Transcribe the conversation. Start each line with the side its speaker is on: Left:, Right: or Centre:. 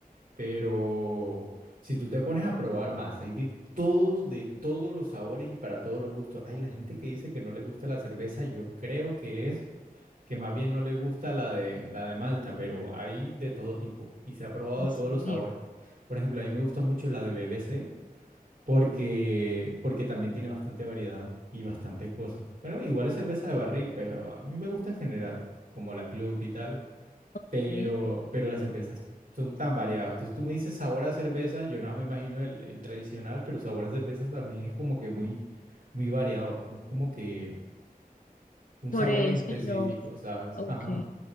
Right: pero si tú te pones a probar más, hay de todos, de todos los sabores y para todos los gustos. Hay la gente que dice que no le gusta la cerveza, yo creo que es que más bien no le gusta la de, la de Malta, pero hay de todo tipo y se ha probado
Left: En
Right: de
Left: serio,
Right: todos los sabores. Por ejemplo, a mí me gusta mucho la de BBC porque, porque también tiene bastante variedad y bastantes cosas. Bueno, igual es cerveza de barril, pero a mí me gusta en general, como la Club y tal,
Left: ok.
Right: pero, pero las cervezas son tan variadas. Entonces tú me dices sabor a cerveza, yo no me imagino el, el tradicional, pero sabor a cerveza también es como que muy, muy variado. Es como que un
Left: Sobre
Right: sabor en
Left: eso
Right: específico,
Left: yo,
Right: ¿sabes?
Left: ok.
Right: Ajá.